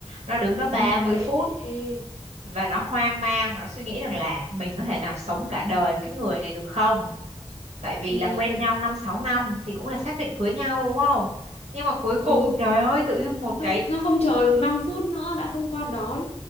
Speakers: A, on the right; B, on the left.
A: nó đứng đó
B: gì
A: ba mươi
B: vậy
A: phút
B: Ê.
A: và nó hoang mang nó suy nghĩ rằng là mình có thể nào sống cả đời với cái người này được không tại vì
B: ừ
A: là quen nhau năm sáu năm thì cũng là xác định cưới nhau đúng không nhưng mà cuối cùng
B: ừ
A: trời ơi tự dưng một
B: sao,
A: cái
B: sao không chờ được năm phút nữa đã không qua đón